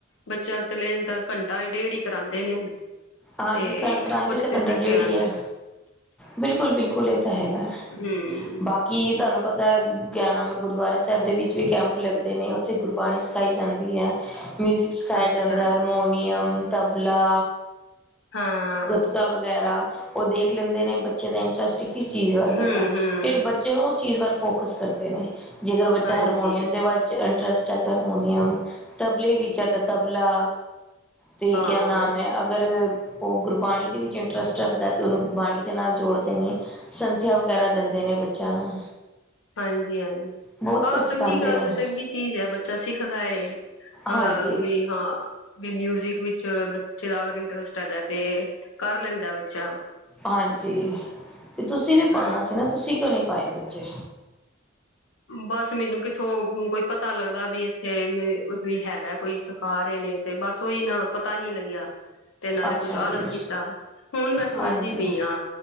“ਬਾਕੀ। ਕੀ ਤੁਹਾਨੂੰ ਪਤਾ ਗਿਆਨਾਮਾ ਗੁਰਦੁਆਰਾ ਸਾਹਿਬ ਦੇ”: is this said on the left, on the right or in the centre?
Centre